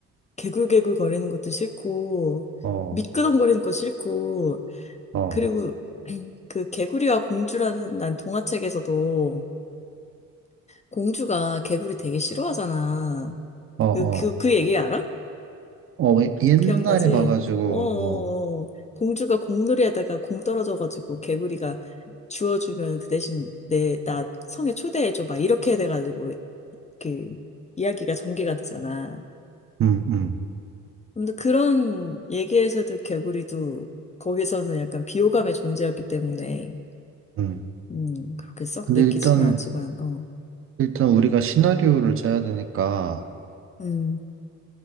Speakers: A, on the left; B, on the right.
A: 개굴개굴 거리는 것도 싫고,
B: 어,
A: 미끄덩거리는 것도 싫고,
B: 어,
A: 그리고 <clears throat> 그 개구리와 공주라는 난 동화책에서도 공주가 개구리 되게 싫어하잖아.
B: 어, 어,
A: 그, 그, 그 얘기 알아?
B: 어, 왜- 옛날에
A: 기억나지?
B: 봐가지고,
A: 어, 어,
B: 어,
A: 어. 공주가 공놀이 하다가 공 떨어져가지고 개구리가 주워주면 그 대신 내, 나 성에 초대해줘. 막 이렇게 돼가지고 그 이야기가 전개가 되잖아.
B: 음, 음,
A: 근데 그런 얘기에서도 개구리도 거기서는 약간 비호감의 존재였기 때문에,
B: 음.
A: 음, 그렇게 썩
B: 근데
A: 내키지는
B: 일단
A: 않지만, 어,
B: 일단 우리가 시나리오를 짜야 되니까
A: 음,